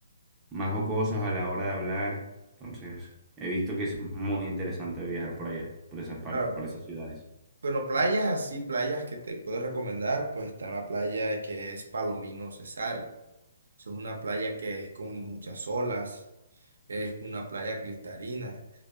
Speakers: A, on the right; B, on the right.
A: más jocosos a la hora de hablar. Entonces, he visto que es muy interesante viajar por allá, por esas partes,
B: claro,
A: por
B: no.
A: esas ciudades.
B: Bueno, playas así, playas que te puedo recomendar, pues está la playa que es Palomino Cesar. Es una playa que es con muchas olas, es una playa cristalina,